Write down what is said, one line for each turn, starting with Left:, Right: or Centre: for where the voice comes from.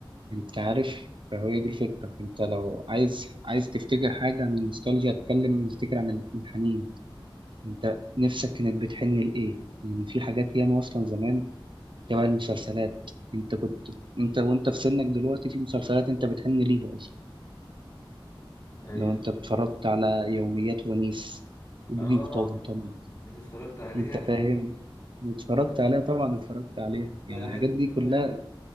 Right: انت عارف فهي دي الفكرة فانت لو عايز عايز تفتكر حاجة عن النوستالجيا اتكلم نفتكر عن الحنين انت نفسك كانت بتحن لإيه يعني في حاجات ياما أصلا زمان شبه المسلسلات انت كنت انت وانت في سنك دلوقتي في مسلسلات انت بتحن ليها أصلا
Left: ايوه
Right: لو انت اتفرجت على يوميات ونيس وبوجي
Left: اه
Right: وطمطم
Left: انت اتفرجت عليها
Right: انت فاهم اتفرجت عليها طبعا اتفرجت عليها
Left: ده
Right: يعني الحاجات
Left: عايز اقول
Right: دي كلها
Left: لك